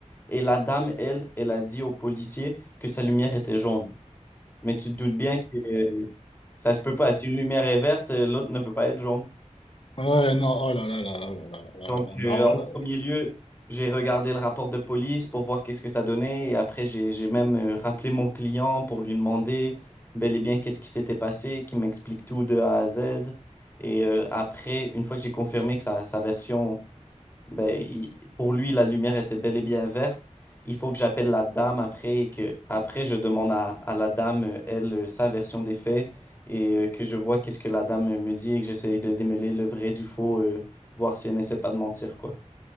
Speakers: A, on the left; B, on the left.
A: Et la dame, elle, elle a dit au policier que sa lumière était jaune. Mais tu te doutes bien que euh, ça se peut pas. Si une lumière est verte, euh, l'autre ne peut pas être jaune.
B: Ouais, non, oh là là là là là là là
A: Bon,
B: là là.
A: Donc, euh,
B: mais alors
A: en premier
B: là.
A: lieu, j'ai regardé le rapport de police pour voir qu'est-ce que ça donnait. Et après, j'ai, j'ai même euh, rappelé mon client pour lui demander bel et bien qu'est-ce qui s'était passé, qu'il m'explique tout de A à Z. Et euh, après, une fois que j'ai confirmé que sa sa version Ben, il- pour lui, la lumière était bel et bien verte. Il faut que j'appelle la dame après et que après je demande à, à la dame, euh, elle, euh, sa version des faits et euh, que je vois qu'est-ce que la dame euh, me dit et que j'essaye de démêler le vrai du faux, euh, voir si elle n'essaie pas de mentir, quoi.